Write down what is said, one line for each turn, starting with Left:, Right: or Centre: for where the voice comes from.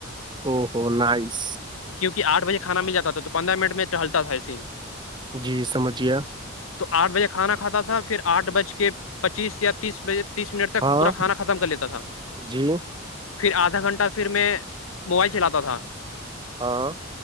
Right: او ہو نائس <unintelligible>
Left: کیونک کہ آٹ بجے کھانا ملاتا تھا تو پندرہ منٹ میں ٹلتا تھا ایے ہی
Right: جی سمجھ گیا
Left: تو آٹھ بجے کھانا کھاتا تھا پھر آٹھ بج کے پچیس یا تیس بجےک تیس منٹ تک
Right: ہاں
Left: پورا کھانا ختم کر لیتا تھا
Right: جی
Left: پھر آدھا گھنٹہ پھر میں موبائل چلاتا تھا
Right: ہاں